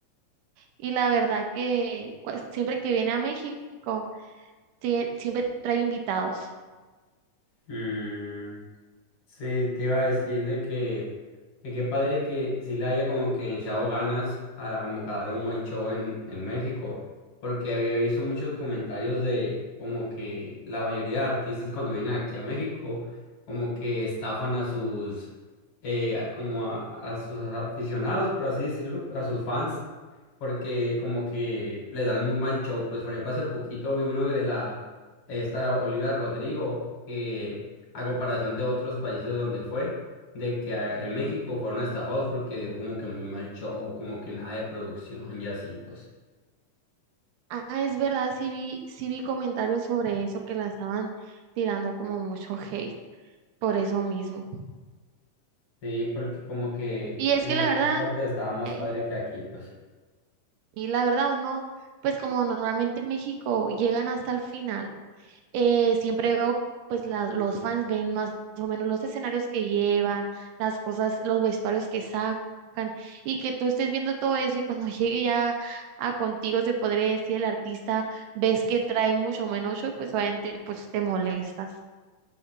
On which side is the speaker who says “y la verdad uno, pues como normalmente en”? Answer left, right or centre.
Right